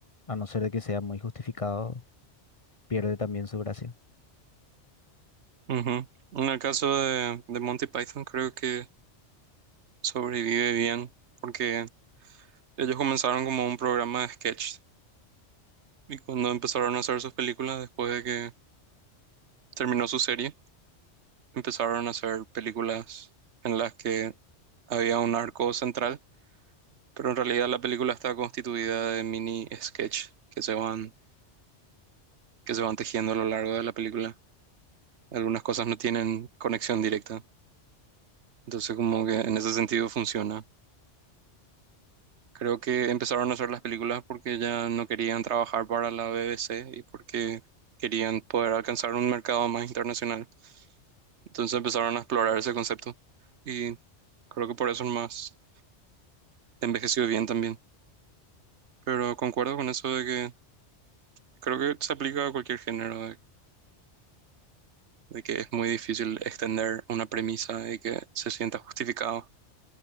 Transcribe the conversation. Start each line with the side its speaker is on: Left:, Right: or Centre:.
Left: a no ser de que sea muy justificado, pierde también su gracia.
Right: Ujú. En el caso de, de Monty Python, creo que sobrevive bien porque ellos comenzaron como un programa de sketch y cuando empezaron a hacer sus películas, después de que terminó su serie, empezaron a hacer películas en las que había un arco central Pero en realidad la película está constituida de mini sketch que se van, que se van tejiendo a lo largo de la película. Algunas cosas no tienen conexión directa. Entonces como que en ese sentido funciona. Creo que empezaron a hacer las películas porque ya no querían trabajar para la BBC y porque querían poder alcanzar un mercado más internacional. Entonces empezaron a explorar ese concepto y creo que por eso más envejeció bien también. Pero concuerdo con eso de que creo que se aplica a cualquier género. de que es muy difícil extender una premisa y que se sienta justificado,